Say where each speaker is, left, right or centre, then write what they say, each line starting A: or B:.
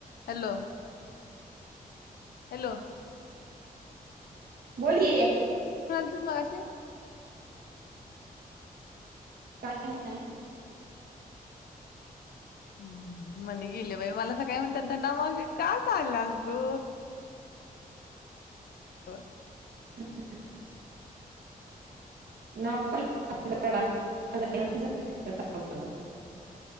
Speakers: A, on the left; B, on the right.
A: हॅलो हॅलो!
B: बोलकी.
A: तस मगाशी.
B: काय नाही.
A: हम् मनी गेले बाई, मला सकाळी म्हणतात धना मावशी का चालल्यास तू? <inaudible>
B: <inaudible> ना <unintelligible> <unintelligible>